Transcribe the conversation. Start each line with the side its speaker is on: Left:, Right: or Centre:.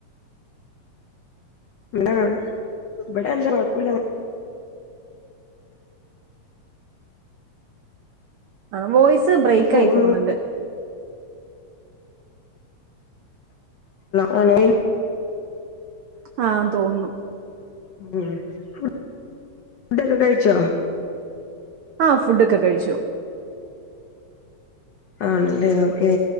Left: <unintelligible> ഇബടെന്താ കൊഴപ്പുല്ല അങ്ങ
Right: ആഹ് വോയിസ് ബ്രേക്ക്
Left: അങ്ങനെ പോകുന്നു
Right: ആയി പോകുന്നുണ്ട്
Left: ഹലോ
Right: ആഹ് തോന്നുന്നു
Left: <unintelligible> ഫ് ഫുടൊക്കെ കൈച്ചോ
Right: ആഹ് ഫുടോക്കെ കഴിച്ചു
Left: ആണ് ല്ലേ ഓക്കേ